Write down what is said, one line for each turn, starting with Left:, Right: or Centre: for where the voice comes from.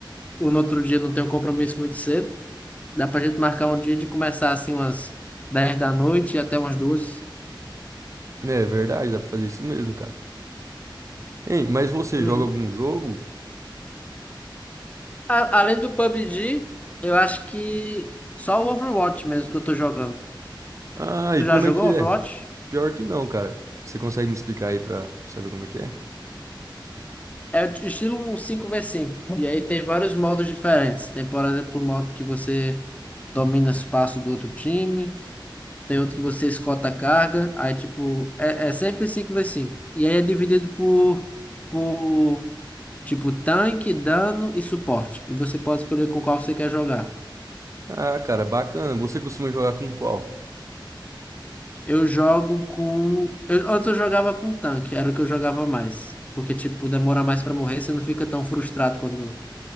Left: o no outro dia não tem um compromisso muito cedo, dá pra gente marcar um dia de começar assim umas 10 da noite e até umas duas.
Right: é verdade, dá pra fazer isso mesmo, cara. Hein, mas você
Left: Uhum.
Right: joga algum jogo?
Left: A- além do PUBG, eu acho que só o Overwatch mesmo que eu tô jogando.
Right: Ah,
Left: Tu
Right: e
Left: já
Right: como
Left: jogou
Right: é que
Left: Overwatch?
Right: é? Pior que não, cara. Você consegue me explicar aí pra saber como é que é?
Left: É o estilo cinco v cinco E aí tem vários modos diferentes. Tem, por exemplo, o modo que você domina espaço do outro time. Tem outro que você escolta a carga. Aí, tipo, é, é sempre cinco v cinco E aí é dividido por, por, tipo, tanque, dano e suporte. E você pode escolher com qual você quer jogar.
Right: Ah, cara, bacana. Você costuma jogar com qual?
Left: Eu jogo com... eu- antes eu jogava com tanque. Era o que eu jogava mais. Porque, tipo, demora mais pra morrer. Você não fica tão frustrado quando